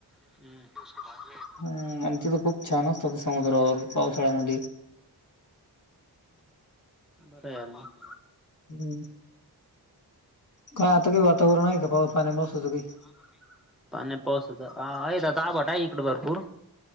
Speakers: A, in the centre; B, on the left (about 50°).
A: हम्मं
B: हम्मं आणि तिथं खूंप छान असतांत ते समुद्रावरं पावसाळ्यांमध्ये
A: बरंय यार मंग <unintelligible>
B: हम्मं कायं आंता कांहीं वातांवरण आहे कां पाव पाण्यां पावसाचं कांहीं
A: <unintelligible> पाण्यां पावसाचं हां आंता आंभट आहे इकडं भरंपूर